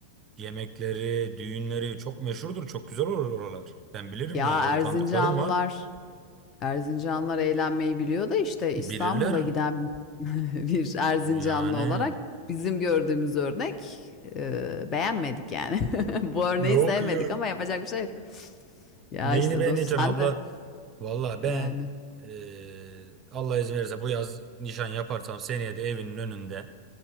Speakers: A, on the right; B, on the left.
A: yemekleri, düğünleri çok meşhurdur, çok güzel olur oralar. Ben bilirim
B: Ya
A: yani orada
B: Erzincanlılar,
A: tanıdıklarım var.
B: Erzincanlılar eğlenmeyi biliyor da işte
A: Bilirler
B: İstanbul'a giden <laughs> bir Erzincanlı
A: yani.
B: olarak bizim gördüğümüz örnek e, beğenmedik yani. <laughs> Bu örneği
A: Yok
B: sevmedik
A: ya.
B: ama yapacak bir şey yok. Ya
A: Neyini
B: işte
A: beğeneceksin
B: dost sen
A: abla?
B: de
A: Valla
B: yani.
A: ben eee, Allah izin verirse bu yaz nişan yaparsam seneye de evinin önünde